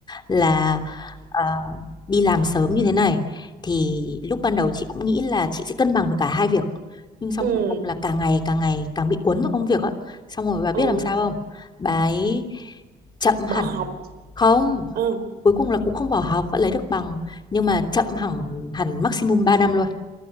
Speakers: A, on the left (about 25°); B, on the right (about 65°).
A: là ờ, đi làm sớm như thế này thì lúc ban đầu chị cũng nghĩ là chị sẽ cân bằng được cả hai việc nhưng xong
B: Ừ.
A: cuối cùng là càng ngày càng ngày càng bị cuốn vào công việc á xong rồi bà
B: Ờ,
A: biết làm sao không bà ấy chậm hẳn
B: Bỏ học
A: không
B: ừ.
A: cuối cùng là cũng không bỏ học vẫn lấy được bằng nhưng mà chậm hẳn hẳn maximum 3 năm luôn